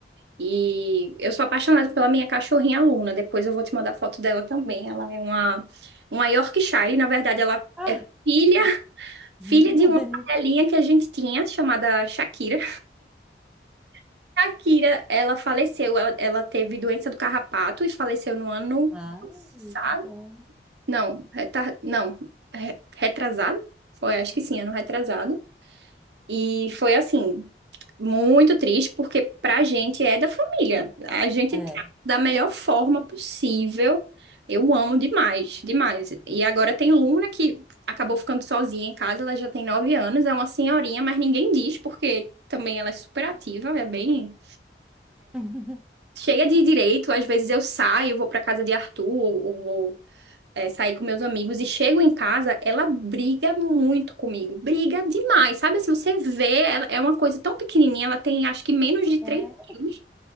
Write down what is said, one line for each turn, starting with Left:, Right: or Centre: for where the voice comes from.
Right: E eu sou apaixonada pela minha cachorrinha Luna. Depois eu vou te mandar foto dela também. Ela é uma, uma Yorkshire. Na verdade, ela
Centre: Ah,
Right: é filha, <laughs>
Centre: <laughs>
Right: filha
Centre: não
Right: de uma
Centre: tem
Right: cadelinha
Centre: nem-
Right: que a gente tinha, chamada Shakira. <laughs> Shakira, ela faleceu. Ela, ela teve doença do carrapato e faleceu no ano
Centre: Ai,
Right: passado.
Centre: que dó.
Right: Não, retar, não, re- retrasado? Foi, acho que sim, ano retrasado. E foi assim, muito triste, porque pra gente é da família. A gente
Centre: É.
Right: trata da melhor forma possível. Eu amo demais, demais. E agora tem Luna que acabou ficando sozinha em casa, ela já tem nove anos, é uma senhorinha, mas ninguém diz, porque também ela é super ativa, é bem
Centre: <laughs>
Right: cheia de direito. Às vezes eu saio, vou pra casa de Arthur, ou, ou vou é, sair com meus amigos e chego em casa, ela briga muito comigo, briga demais, sabe? Se você vê, ela é uma coisa tão pequenininha, ela tem acho que menos de três
Centre: É.
Right: quilos,